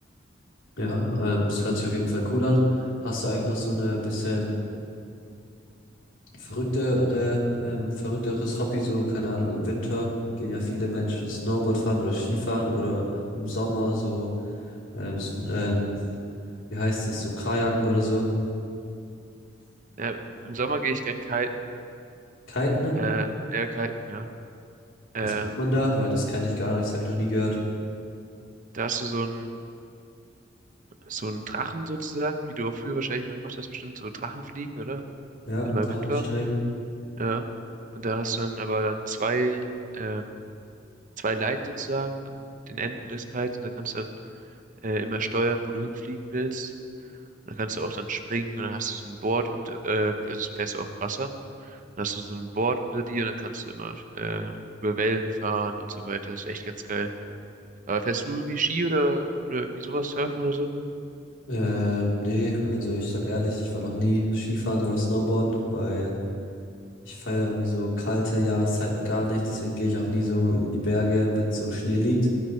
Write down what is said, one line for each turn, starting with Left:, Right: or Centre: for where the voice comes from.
Left: Ja, ähm, es hört sich auf jeden Fall cool an. Hast du eigentlich noch so eine bisschen verrücktere, ähm, verrückteres Hobby, so, keine Ahnung, im Winter gehen ja viele Menschen Snowboard fahren oder Skifahren oder im Sommer so, ähm, s- ähm, wie heißt es, so Kajaken oder so.
Right: Ja, im Sommer gehe ich gern kiten,
Left: Kiten, ne?
Right: äh, eher kiten, ja. Ähm,
Left: Was macht man da? Weil das kenne ich gar nicht, das habe ich noch nie gehört.
Right: da hast du so ein so einen Drachen sozusagen, wie du auch früher wahrscheinlich mal gemacht hast, bestimmt so Drachenfliegen oder?
Left: Ja,
Right: Wenn mal
Left: Drachensteigen.
Right: Wind war. Ja. Und da hast du dann aber dann zwei, ähm, zwei Leinen sozusagen an den Enden des Kites und da kannst du dann äh, immer steuern, wo du hinfliegen willst. Und dann kannst du auch dann springen und dann hast du so ein Board und äh, also es fährst auf dem Wasser. Dann hast du so ein Board unter dir und dann kannst du immer äh, über Wellen fahren und so weiter. Das ist echt ganz geil. Aber fährst du irgendwie Ski oder, oder irgendwie sowas, Surfen oder so?
Left: Ähm, nee, also ich sag ehrlich, ich war noch nie Skifahren oder Snowboarden, weil ich feiere irgendwie so kalte Jahreszeiten gar nicht. Deswegen gehe ich auch nie so in die Berge, wenn so Schnee liegt.